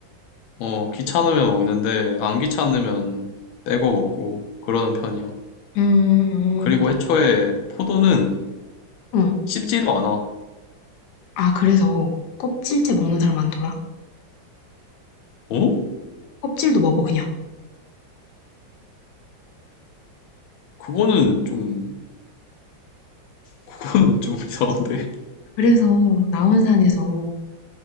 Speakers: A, on the left (about 85°); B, on the left (about 70°).
A: 어, 귀찮으면 먹는데, 안 귀찮으면 떼고 먹고, 그러는 편이야.
B: 음, 음.
A: 그리고
B: 음. 그래.
A: 애초에 포도는
B: 응.
A: 씹지도 않아.
B: 아 그래서 껍질째 먹는 사람 많더라.
A: 어?
B: 껍질도 먹어 그냥.
A: 그거는 좀, 그거는 좀 <laughs> 이상한데.
B: 그래서 나 혼산에서